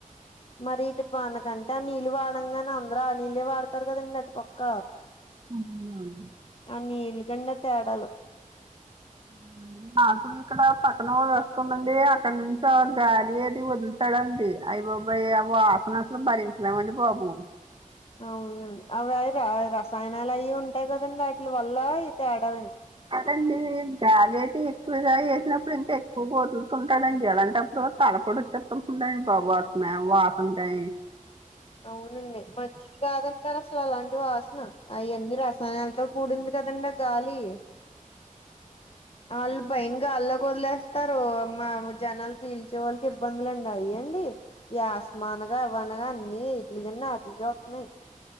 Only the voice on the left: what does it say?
మరి ఇటు పానకంటే ఆ నీళ్ళు వాడంగానే అందరు ఆ నీళ్ళే వాడతారు కదండి అటు పక్క
ఆ నీలుగండ తేడాలు
అవునండి అవి అవి రసాయనాలు అవి ఉంటాయి కదండి వాటిల వల్ల ఈ తేడాలండి
అవునండి మంచిది కాదంటార అస్ అసలు అలాంటి వాసన అవన్నీ రసాయనాలతో కూడింది కదండి ఆ గాలి ఆళ్ళు పయైనగాళ్ళోక్ వదిలేస్తారు మా జనాలు పీల్చే వాళ్ళకి ఇబ్బందులుండి అయ్యండి ఈ ఆస్మానగా అవనగా అన్ని ఈట్లి కన్నా అటిల్ కే వతున్నాయి